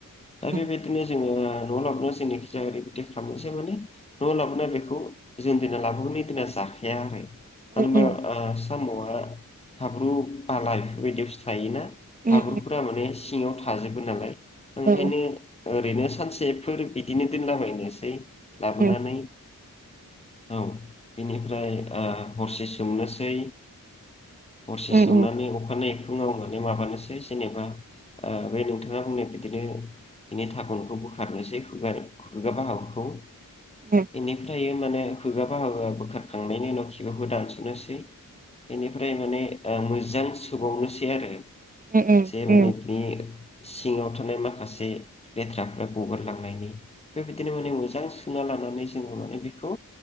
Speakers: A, on the left; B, on the right.
A: दा
B: उम
A: बेबायदिनो जोङो न' लाबनो जोंनिखि जाया ओरैबायदि खालामो जे माने न' लाबनो बे जे दिना लाबोगोन बे दिना जाखाया आरो
B: उम
A: होनबा
B: उम
A: ओ साम'आ हाब्रु बाला ऐफोरबादि बुसथु थायोना
B: उम
A: हाब्रुफोरा माने सिङाव थाजोबो नालाय ओंखायनो
B: उम
A: ओरैनो सानसेफोर बिदिनो दोनलाबायनोसै लाबोनानै
B: उम
A: औ बेनिफ्राय ओ हरसे सोमनोसै हरसे सोमनानै
B: उम
A: अखानायै फुङाव माने माबानोसै जेनेबा ओ बे नोंथाङा बुंनाय बिदिनो बेनि थागनखौ बोखारनोसै खु खुगा बाहागुखौ
B: उम
A: बेनि थायो माने खुगा बाहागोआ बोखारखांनायनि उनाव खिबुखौ दानस'नोसै बेनिफ्राय माने ओ मोजां सोबावनोसै आरो
B: उम
A: से माने
B: उम
A: बिनि सिङाव थानाय माखासे लेथ्राफोरा गगारलांनायनि बेबायदिनो माने मोजां सुना ला माने जोङो माने बिखौ